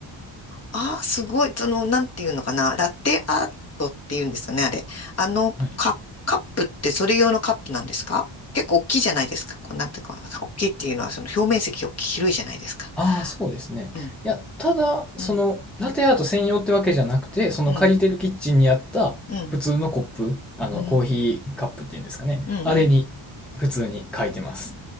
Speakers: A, on the left; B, in the centre.
A: ああ、すごい。その、なんていうのかな。ラテアートっていうんですかね、あれ。あの、
B: はい
A: カップ、カップってそれ用のカップなんですか結構大きいじゃないですか。こう、なんていうか、大きいっていうのは、その表面積大きい、広いじゃないですか。
B: ああ、そうですね。
A: うん、
B: いや、ただ、その、
A: うん、
B: ラテアート専用ってわけじゃなくて、その借りてるキッチンにあった普通のコップ、
A: うん、うん、
B: あの、
A: うん、
B: コーヒーカップっていうんですかね。
A: うん、
B: あれに、
A: うん。
B: 普通に書いてます。